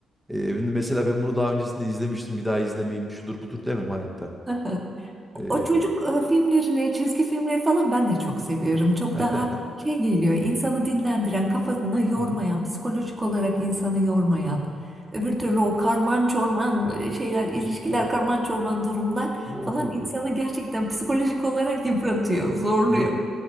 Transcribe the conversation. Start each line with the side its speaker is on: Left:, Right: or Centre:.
Centre: Ee, mesela ben bunu daha öncesinde izlemiştim. Bir daha izlemeyeyim. Şudur budur demem hayatta.
Right: <laughs>
Centre: Ee,
Right: O çocuk e, filmlerini, çizgi filmleri falan ben de çok seviyorum. Çok
Centre: <laughs>
Right: daha şey geliyor, insanı dinlendiren, kafasını yormayan,
Centre: hı hı.
Right: psikolojik olarak insanı yormayan. Öbür türlü o karman çorman şeyler, ilişkiler, karman çorman durumlar
Centre: Yok
Right: falan
Centre: yok
Right: insanı
Centre: yok.
Right: gerçekten psikolojik olarak yıpratıyor, zorluyor.
Centre: Yok.